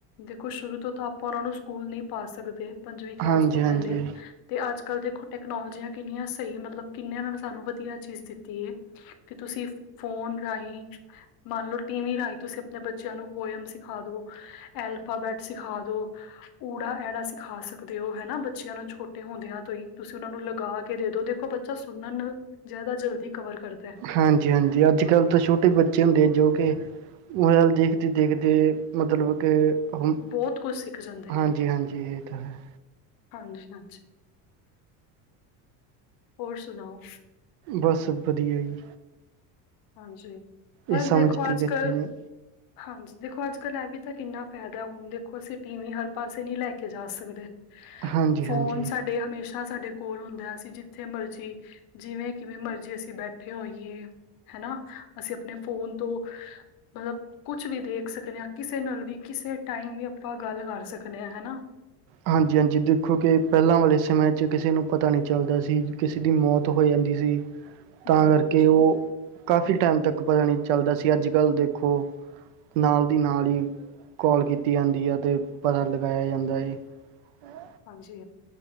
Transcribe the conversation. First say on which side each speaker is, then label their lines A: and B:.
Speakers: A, on the left; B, on the right.
A: ਦੇਖੋ ਸ਼ੁਰੂ ਤੋਂ ਤਾਂ ਆਪਾਂ ਉਹਨਾਂ ਨੂੰ ਸਕੂਲ ਨਹੀਂ ਪਾ ਸਕਦੇ। ਪੰਜਵੀਂ ਕਲਾਸ
B: ਹਾਂਜੀ
A: ਤੋਂ
B: ਹਾਂਜੀ
A: ਪਹਿਲੇ ਤੇ ਅੱਜ ਕੱਲ ਦੇਖੋ ਟੈਕਨੋਲੋਜੀਆਂ। ਕਿੰਨੀਆਂ ਸਹੀ ਮਤਲਬ ਕਿੰਨੇ ਉਹਨਾਂ ਨੇ ਸਾਨੂੰ ਵਧੀਆ ਚੀਜ਼ ਦਿੱਤੀ ਏ। ਕਿ ਤੁਸੀਂ ਫੋਨ ਰਾਹੀਂ। ਮੰਨ ਲਓ, ਟੀ ਵੀ ਰਾਹੀਂ ਤੁਸੀਂ ਆਪਣੇ ਬੱਚਿਆਂ ਨੂੰ ਪੋਇਮ ਸਿਖਾ ਦੋ ਅਲਫਾਬੈਟ ਸਿਖਾ ਦੋ। ੳੜਾ ਐੜਾ ਸਿਖਾ ਸਕਦੇ ਹੋ ਹੈਨਾ ਬੱਚਿਆਂ ਨੂੰ ਛੋਟੇ ਹੁੰਦਿਆਂ ਤੋਂ ਹੀ ਤੁਸੀਂ ਉਹ ਨੂੰ ਲਗਾ। ਕੇ ਦੇ ਦੋ ਦੇਖੋ ਬੱਚਾ ਸੁਣਨ ਨਾਲ ਜ਼ਿਆਦਾ ਜਲਦੀ ਕਵਰ ਕਰਦਾ।
B: ਹਾਂਜੀ-ਹਾਂਜੀ, ਅੱਜ ਕੱਲ ਤਾਂ ਛੋਟੇ ਬੱਚੇ ਹੁੰਦੇ ਆ ਜੋ, ਕਿ ਮੋਬਾਇਲ ਦੇਖਦੇ-ਦੇਖਦੇ, ਮਤਲਬ ਕਿ ਹੂੰ,
A: ਬਹੁਤ ਕੁਝ ਸਿੱਖ ਜਾਂਦੇ
B: ਹਾਂਜੀ-ਹਾਂਜੀ ਇਹ ਤਾ ਹੈ।
A: ਹਾਂਜੀ-ਹਾਂਜੀ। ਹੋਰ ਸੁਣਾਓ?
B: ਬਸ, ਵਧੀਆ ਜੀ।
A: ਹਾਂਜੀ, ਬਸ
B: ਇਹ ਸਮਝਦੇ
A: ਦੇਖੋ ਅੱਜ-ਕਲ
B: ਕਿੱਥੇ ਨੇ
A: ਹਾਂਜੀ ਦੇਖੋ ਅੱਜ-ਕੱਲ ਇਹ ਵੀ ਤਾਂ ਕਿੰਨਾ ਫਾਇਦਾ, ਹੁਣ ਦੇਖੋ ਅਸੀਂ ਟੀਵੀ ਹਰ ਪਾਸੇ ਨਹੀਂ ਲੈਕੇ ਜਾ ਸਕਦੇ।
B: ਹਾਂਜੀ
A: ਫੋਨ
B: ਹਾਂਜੀ
A: ਸਾਡੇ, ਹਮੇਸ਼ਾ ਸਾਡੇ ਕੋਲ ਹੁੰਦਾ। ਅਸੀਂ ਜਿੱਥੇ ਮਰਜੀ ਜਿਵੇਂ, ਕਿਵੇਂ ਮਰਜ਼ੀ ਅਸੀਂ ਬੈਠੇ ਹੋਈਏ ਹਨਾ, ਅਸੀਂ ਆਪਣੇ ਫੋਨ ਤੋ ਮਤਲਬ, ਕੁਛ ਵੀ ਦੇਖ ਸਕਨੇ ਹਾਂ, ਕਿਸੇ ਨਾਲ ਵੀ ਕਿਸੇ ਟਾਈਮ ਵੀ ਆਪਾਂ ਗੱਲ ਕਰ ਸਕਦੇ ਹਾਂ, ਹਨਾ।
B: ਹਾਂਜੀ-ਹਾਂਜੀ ਦੇਖੋ ਕਿ, ਪਹਿਲਾਂ ਵਾਲੇ ਸਮੇਂ'ਚ ਕਿਸੇ ਨੂੰ ਪਤਾ ਨਹੀਂ ਚੱਲਦਾ ਸੀ, ਕਿਸੇ ਦੀ ਮੌਤ ਹੋ ਜਾਂਦੀ ਸੀ। ਤਾਂ
A: ਬਿਲਕੁਲ
B: ਕਰਕੇ,
A: ਜੀ
B: ਉਹ ਕਾਫੀ ਟਾਈਮ ਤੱਕ ਪਤਾ ਨਹੀਂ ਚੱਲਦਾ ਸੀ, ਅੱਜ-ਕੱਲ ਦੇਖੋ ਨਾਲ ਦੀ ਨਾਲ ਹੀ, ਕੌਲ ਕੀਤੀ ਜਾਂਦੀ ਹੈ ਅਤੇ, ਪਤਾ ਲਗਾਇਆ ਜਾਂਦਾ ਏ। ਹਮ <inaudible>
A: ਹਾਂਜੀ।